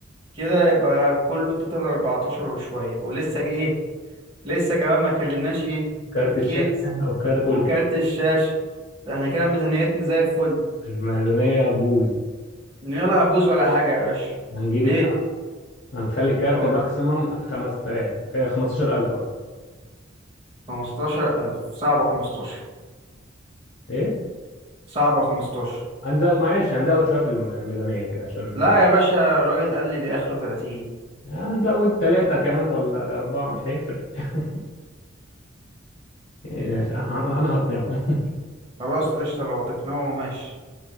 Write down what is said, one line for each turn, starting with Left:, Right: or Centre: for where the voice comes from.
Right: كده يبقى كله توتال 14 وشوية ولسه ايه لسه كمان ما اتكلمناش ايه
Left: كارت
Right: في الكيس
Left: الشاشه وكارت والكيس
Right: وكارت الشاشة ده احنا كده ميزانيتنا زي الفل
Left: الميزانيه بوز
Right: يلا هبوز ولا حاجة يا باشا
Left: هنجيب
Right: ليه
Left: إيه؟ هنخلي الكارت
Right: اهو
Left: ماكسيمم 5000 آه، 15000 قصدي
Right: 15000 صعبة 15
Left: ايه
Right: صعبة 15
Left: هنزود معلش هنزود شويه في الميزانيه كده عشان
Right: لا يا باشا الراجل قال لي دي آخره 30
Left: هنزود ثلاثه كمان ولا اربعه مش هيفرق <laughs> يعني عشان انا أنا هقنعه <laughs>
Right: خلاص قشطة لو تقنعه ماشي